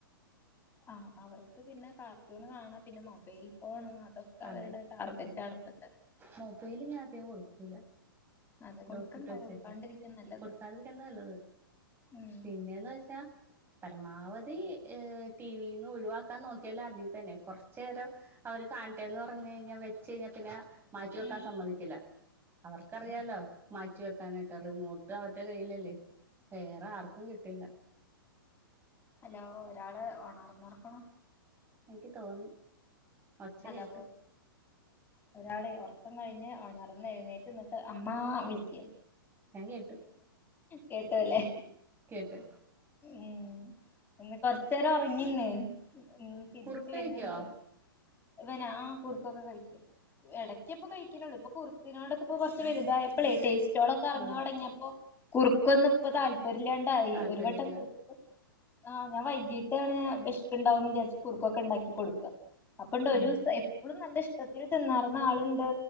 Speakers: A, on the left; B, on the right.
A: ആഹ് അവർക്ക് പിന്നെ കാ ട്ടൂൺ കാണാം പിന്നെ മൊബൈൽ ഫോണ് അതൊക്കെ
B: അതെ
A: അവരുടെ ടാർഗറ്റാണ് പ്പത്തെ
B: മൊബൈല് ഞാൻ അധികം കൊടുക്കൂല
A: അത് കൊടുക്കണ്ട
B: ലോക്ക് ഇട്ട് വെച്ചേക്കാ
A: കൊടുക്കാണ്ടിരിക്കും നല്ലത്
B: കൊടുക്കാതിരിക്കന്താ നല്ലത്
A: ഉം
B: പിന്നെന്ന് വെച്ചാ പരമാവധി ടി വിന്ന് ഒഴിവാക്കാൻ നോക്കിയാല അതി തന്നെ കൊറച്ച് നേരം അവര് കാണട്ടെന്ന് പറഞ്ഞ് കഴിഞ്ഞ വെച്ച് കഴിഞ്ഞാ പിന്നെ മാറ്റി വെക്കാൻ
A: ഉം
B: സമ്മതിക്കില്ല അവർക്കറിയാലോ മാറ്റി വെക്കാനായിട്ടാ റിമോട്ട് അവരുടെ കയ്യിലല്ലേ വേറെ ആർക്കും കിട്ടില്ല
A: ഹലോ ഒരാള് ഓണർന്ന് നറക്കണോ
B: എനിക്ക് തോന്നി ഒച്ച
A: ഹലോ
B: കേട്ടു
A: ഒരാളെ ഒറക്കം കഴിഞ്ഞ് ഒണർന്ന് എഴുന്നേറ്റ് ന്നിട്ട് അമ്മ വിളിക്ക
B: ഞാൻ കേട്ടു
A: കേട്ടുല്ലേ
B: കേട്ടു
A: ഉം ഇന്ന് കൊറച്ച നേരം ഉറങ്ങിന്ന് ചിരിച്ച്
B: കുറുക്ക് കഴിക്കോ
A: വരുന്നുണ്ട്. ഇവന ആ കുർക്കൊക്കെ കഴിക്കും. ഇടയ്ക്കപ്പോ കഴിക്കണള്ളൂ. ഇപ്പ കുുിനോടൊക്കെ കുറച്ച് വലുതായപ്പോളേ ടേസ്റ്റ് കുടിളൊക്കെ അറിഞ്ഞു
B: ആ
A: തുടങ്ങിയപ്പോ കുറുക്കൊന്നും. ഇപ്പൊ താല്പര്യമ ണ്ടായി
B: താല്പര്യല്ല
A: ഒരു വട്ടം കു ആഹ് ഞാൻ വൈകീട്ട്ണ് വിശ്ക്കു ഉണ്ടാവും വിചാരിച്ച് കുറുക്ക്ക്കെ ഉണ്ടാക്കി കൊടുക്കുക. അപ്പണ്ട് ഒരു
B: ഉം
A: ദിവസം ഇപ്പോഴും നല്ല ഇഷ്ടത്തിൽ തിന്നാറന്ന ആളുണ്ട്